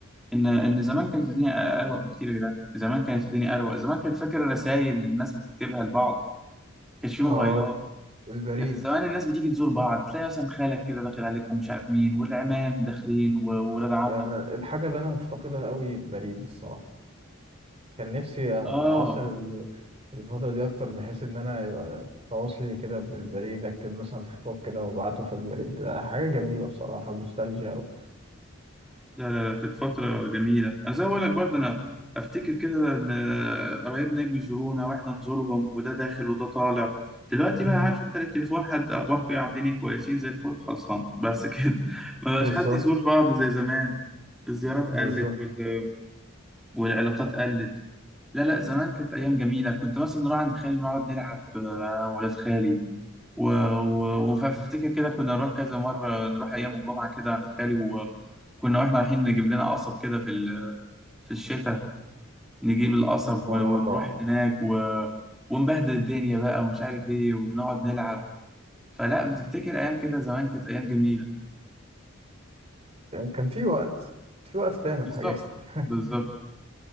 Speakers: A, in the centre; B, on the right (about 30°).
A: ان ان زمان كانت الدنيا اروق بكتير يا جدعان زمان كانت الدنيا اروق زمان كانت فاكر الرسائل اللي الناس بتكتبها لبعض كانش في
B: اه
A: موبايلات
B: البريد
A: كانت زمان الناس بتيجي تزور بعض تلاقي مثلا خالك كده داخل عليك ومش عارف مين والعمام داخلين و- وولاد عمك
B: يعني الحاجة اللي انا مفتقدها قوي البريد الصراحة كان نفسي اعاصر
A: اه
B: ال- الفترة دي اكتر بحيث ان انا يبقى تواصلي كده بالبريد اكتب مثلا خطاب كده وابعته في البريد ده حاجة جميلة بصراحة نوستالجيا أوي.
A: لا لا لا كانت فترة جميلة أنا زي ما بقول لك برضه أنا أفتكر كده إن قرايبنا يجوا يزورونا وإحنا نزورهم وده داخل وده طالع دلوقتي
B: مم.
A: بقى عارف أنت التليفون حد أخباركم إيه عاملين إيه كويسين زي الفل خلصان بس كده <laughs> ما بقاش
B: بالظبط
A: حد يزور بعض زي زمان الزيارات
B: بالظبط
A: قلت وال... والعلاقات قلت لا لا زمان كانت أيام جميلة كنت مثلا نروح عند خالي ونقعد نلعب آه، أنا وولاد خالي و... و... وفافتكر كده كنا نروح كذا مرة نروح أيام الجمعة كده عند خالي و- وكنا واحنا رايحين نجيب لنا قصب كده في ال... في الشتاء نجيب القصب
B: اه
A: و... ونروح هناك و... ونبهدل الدنيا بقى ومش عارف ايه ونقعد نلعب فلا بتفتكر أيام كده زمان كانت أيام جميلة
B: كان في وقت في وقت تعمل
A: بالظبط
B: حاجات <laughs>
A: بالظبط